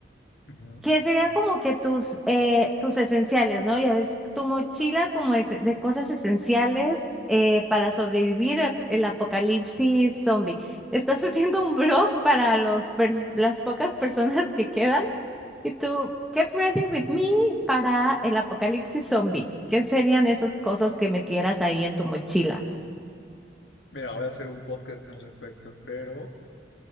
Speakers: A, on the left (about 70°); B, in the centre.
A: ujú.
B: ¿qué serían como que tus, eh, tus esenciales, ¿no? Ya ves, tu mochila como es de cosas esenciales eh, para sobrevivir el, el apocalipsis zombie. ¿Estás <laughs> haciendo un blog para los, per- las pocas personas que quedan? Y tú, get ready with me para el apocalipsis zombie. ¿Qué serían esas cosas que metieras ahí en tu mochila?
A: Mira, voy a hacer un podcast al respecto, pero